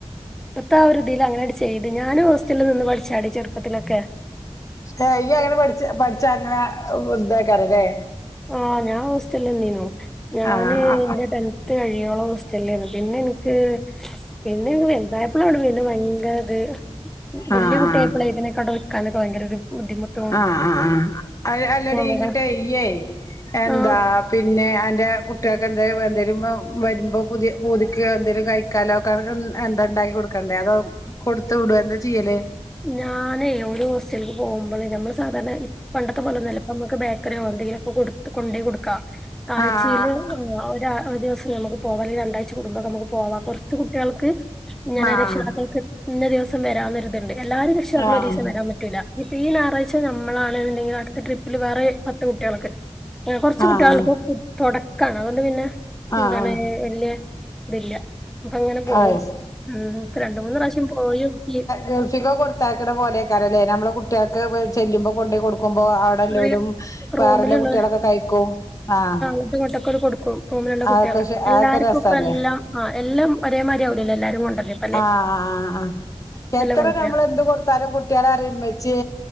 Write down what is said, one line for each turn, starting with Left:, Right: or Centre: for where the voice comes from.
Centre: ഇപ്പത്ത ആ ഒരുതില് അങ്ങനണ്ട് ചെയ്ത് ഞാനും ഹോസ്റ്റലിൽ നിന്ന് പഠിച്ചാടി ചെറുപ്പത്തിലൊക്കെ
Left: ഏഹ് ഇയ്യ് അങ്ങനെ പഠിച്ച പഠിച്ചാ അങ്ങനെ എന്തക്കാറല്ലേ
Centre: ആഹ് ഞാൻ ഹോസ്റ്റലന്നീനു ഞാന്
Left: ആ ആ
Centre: എന്റെ ടെൻ ത്ത് കഴിയോളം ഹോസ്റ്റലിൽ ആയിരുന്നു പിന്നെ എനിക്ക് പിന്നെ വലതായപ്പലൊള്ളൂ പിന്നെ ഭയങ്കര അത് വല്യ
Left: ആ
Centre: കുട്ടിയായപ്പളെ
Left: ആ
Centre: പിന്നെ ഇൻക്ക് അവിടെ നിൽക്കാനൊക്കെ ഭയങ്കര ഒരു ബുദ്ധിമുട്ട്
Left: ആഹ് ആഹ് ആഹ് അഹ് അല്ലടി
Centre: ഇവിടെ
Left: ഇന്നട്ടെ ഇയ്യേ എന്താ
Centre: ആഹ്
Left: പിന്നെ പിന്നെ അന്റെ കുട്ടികൾക്ക് എന്തും എന്തെലും വരുമ്പോ പുതിയ പൂതിക്ക് എന്തെലും കഴിക്കാലോ ക്കെ എന്താ ഉണ്ടാക്കി കൊടുക്കണ്ടേ അതോ കൊടുത്തു വിടോഎന്താ ചെയ്യല്
Centre: ഞാനേ ഓര് ഹോസ്റ്റലിക്ക് പോകുമ്പോൾ ഞമ്മൾ സാധാരണ പണ്ടത്തെ പോലെൊന്നല്ല ഇപ്പ നമുക്ക് ബേക്കറിയോ എന്തെങ്കിലുക്കെ കൊടുത്ത് കൊണ്ടോയ് കൊടുക്കാം ആഴ്ചയിൽ
Left: ആഹ്
Centre: ഒരാ ഒരു ദിവസം നമുക്ക് പോവാ അല്ലേൽ രണ്ടാഴ്ച കൂടൂമ്പം ഒക്കെ നമുക്ക് പോവാ കൊറച്ച് കുട്ടികൾക്ക് ഇങ്ങനെ
Left: ആഹ്
Centre: രക്ഷിതാക്കൾക്ക് ഇന്ന ദിവസം വരാ ഒരിത്ണ്ട് എല്ലാ രക്ഷതാക്കളും
Left: ആഹ്
Centre: ഒരു ദിവസം വരാൻ പറ്റ പറ്റൂല ഇനിപ്പ ഈ ഞായറാഴ്ച നമ്മളാണുണ്ടെങ്കിൽ അടുത്തട്രിപ്പില് വേറെ പത്ത് കുട്ടികൾക്ക് ഏഹ് കുറച്ച്
Left: ആഹ് ആഹ്
Centre: കുട്ടികൾ ഒള്ളൂ ഇപ്പൊ തുടക്കാണ് അതുകൊണ്ട് പിന്നെ എന്താണ്
Left: ആഹ്
Centre: വല്യ ഇതില്ല അപ്പങ്ങനെ പോവും
Left: ആഹ് അത്
Centre: ഉം ഇപ്പം രണ്ട് മൂന്ന് പ്രാവശ്യം പോയി നോക്കി
Left: ഗൾഫിക്കോക്കെ കൊടുത്തയക്കുന്ന പോലെക്കാരല്ലേ നമ്മളെ കുട്ടികൾക്ക് ചെല്ലുമ്പോ കൊണ്ടേ കൊടു ക്കുമ്പോ അവിടെല്ലോലും
Centre: അങ്ങനെ റൂമിലുള്ള
Left: വേറെല്ല കുട്ടികളൊക്കെ കഴിക്കും ആഹ്
Centre: <unintelligible> കൊടുക്കും റൂമിലുള്ള കുട്ടികൾക്ക്
Left: അതൊക്കെ
Centre: എല്ലാർക്കും
Left: അതൊക്കെ രസല്ലേ
Centre: ഇപ്പ എല്ലം ആ എല്ലാം ഒരേമാതിരി ആവൂലല്ലോ എല്ലാരും കൊണ്ടു വരല്
Left: ആഹ് ആഹ് എത്ര
Centre: കൊണ്ടരാ
Left: നമ്മൾ എന്ത് കൊടുത്താലും കു കുട്ടികളറിയെ വെച്ച്